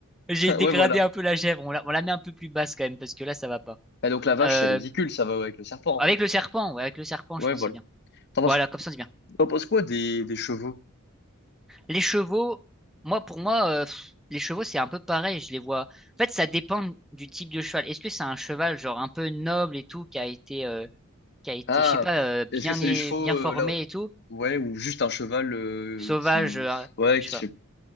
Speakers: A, in the centre; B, on the left (about 50°).
A: J'ai
B: <laughs>
A: dégradé
B: Ouais, voilà.
A: un peu la chèvre. On la... on la met un peu plus basse quand même, parce que là, ça va pas.
B: Et donc la vache,
A: Euh,
B: c'est ridicule, ça va avec le serpent, en
A: Avec
B: fait.
A: le serpent, ouais, avec le serpent,
B: Ouais,
A: je pense
B: voilà.
A: que c'est bien.
B: T'en penses,
A: Voilà, comme ça, c'est bien.
B: t'en penses quoi des, des chevaux?
A: Les chevaux, moi, pour moi, euh, pff, les chevaux, c'est un peu pareil. Je les vois. En fait, ça dépend du type de cheval. Est-ce que c'est un cheval, genre, un peu noble et tout, qui a été. euh, qui a été,
B: Ah,
A: je sais pas, euh, bien,
B: est-ce que c'est
A: é-
B: les chevaux
A: bien
B: euh,
A: formé
B: là?
A: et tout,
B: Ouais, ou juste un cheval euh,
A: sauvage,
B: qui,
A: euh,
B: ouais,
A: je
B: qui
A: sais pas.
B: fait.